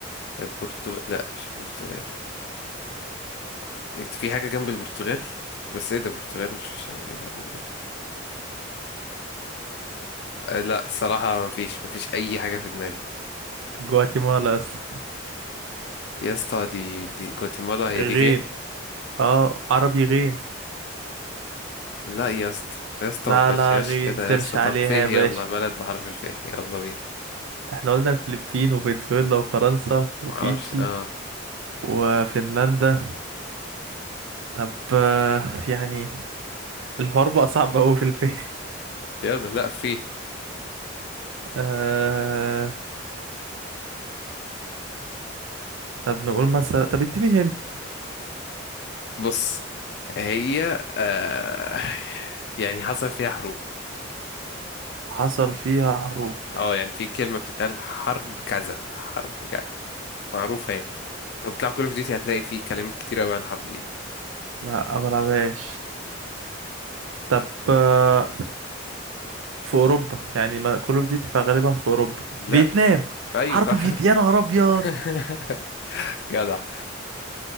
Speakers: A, on the left; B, on the right.
A: البرتغال لأ مش البرتغال إيه، في حاجة جنب البرتغال بس إيه ده البرتغال مش في الشمالية ده بل ده أه لأ الصراحة مفيش مفيش أي حاجة في دماغي
B: جواتيمالا يا اسطى
A: يا اسطى دي دي جواتيمالا هي
B: غين
A: دي غين؟
B: اه عربي غين
A: لأ يا اسطى يا اسطى
B: لا
A: ما تمشيهاش
B: لا غين
A: كده
B: سيرش
A: يا اسطى
B: عليها
A: طب فيه
B: يا
A: يلا
B: باشا
A: بلد بعرف الفيه يلا بينا
B: احنا قلنا الفلبين وفنزويلا وفرنسا وفيجي
A: معرفش اه
B: وفنلندا طب آه، يعني الحوار بقى صعب قوي في الفيلم
A: يلا لأ فيه
B: آه... طب نقول مثلا طب اديني هنت
A: بص هي آه يعني حصل فيها حروب
B: حصل فيها حروب
A: اه يعني في كلمة بتتقال حرب كذا حرب كذا معروفة يعني لو بتلعب كول اوف ديوتي هتلاقي في كلمات كتير قوي عن الحرب دي
B: لا ما بلعبهاش طب آه، في اوروبا يعني ما كول اوف ديوتي فغالبا في اوروبا
A: لا
B: فيتنام
A: ايوه
B: حرب
A: صح
B: فيت يا نهار ابيض
A: <laughs> جدع